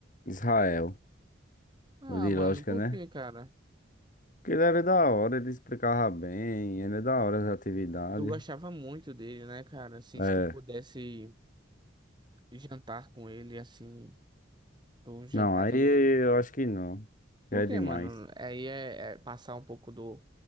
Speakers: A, on the left; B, on the right.
A: Israel,
B: Ah,
A: o de
B: mano,
A: lógica,
B: por
A: né?
B: quê, cara?
A: Porque ele era da hora, ele explicava bem, ele é da hora as atividades.
B: Tu gostava muito dele, né, cara? Assim,
A: É.
B: se tu pudesse jantar com ele, assim, tu jantaria.
A: Não, aí eu acho que não.
B: Por
A: Já é
B: quê,
A: demais.
B: mano? Aí é, é passar um pouco do...